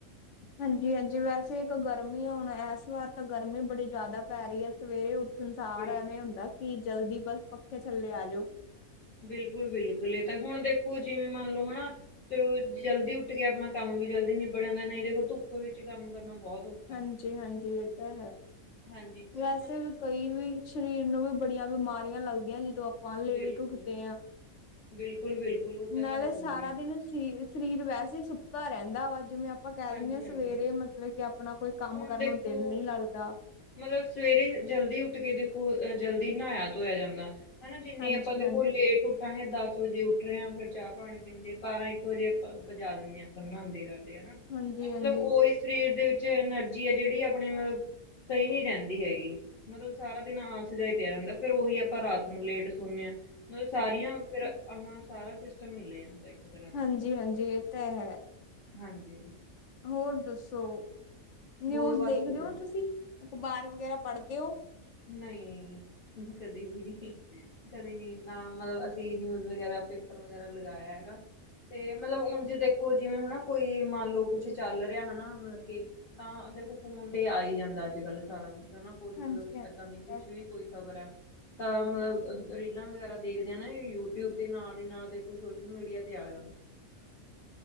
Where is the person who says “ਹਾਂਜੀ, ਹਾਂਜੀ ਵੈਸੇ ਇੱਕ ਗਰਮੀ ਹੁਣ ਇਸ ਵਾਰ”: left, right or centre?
Left